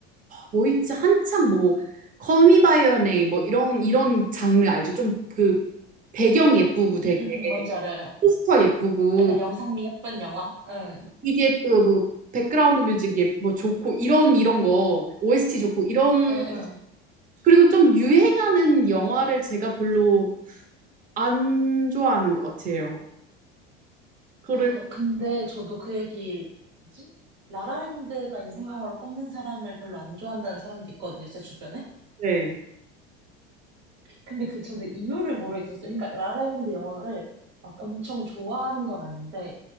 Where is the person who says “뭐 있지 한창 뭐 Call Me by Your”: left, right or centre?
Right